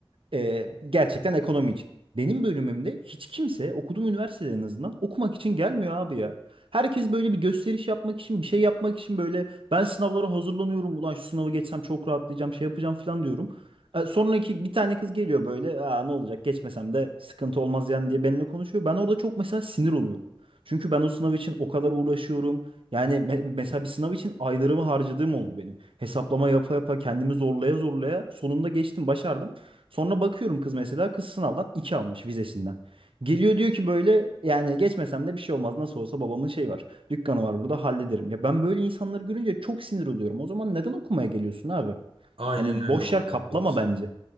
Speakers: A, on the right; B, on the right.
A: Ee, gerçekten ekonomi için. Benim bölümümde hiç kimse okuduğum üniversitede en azından okumak için gelmiyor abi ya. Herkes böyle bir gösteriş yapmak için, bir şey yapmak için böyle ben sınavlara hazırlanıyorum. Ulan şu sınavı geçsem çok rahatlayacağım, şey yapacağım falan diyorum. Ee, sonraki bir tane kız geliyor böyle Aa, ne olacak geçmesem de sıkıntı olmaz yani diye benimle konuşuyor. Ben orada çok mesela sinir oluyorum. Çünkü ben o sınav için o kadar uğraşıyorum. Yani me- mesela bir sınav için aylarımı harcadığım oldu benim. Hesaplama yapa yapa kendimi zorlaya zorlaya sonunda geçtim, başardım. Sonra bakıyorum kız mesela kız sınavdan 2 almış vizesinden. Geliyor diyor ki böyle yani geçmesem de bir şey olmaz nasıl olsa babamın şey var. Dükkanı var burada hallederim. Ya ben böyle insanları görünce çok sinir oluyorum. O zaman neden okumaya geliyorsun abi?
B: Aynen
A: Yani
B: öyle
A: boş
B: vallahi
A: yer kaplama
B: doğru söylüyorsun.
A: bence.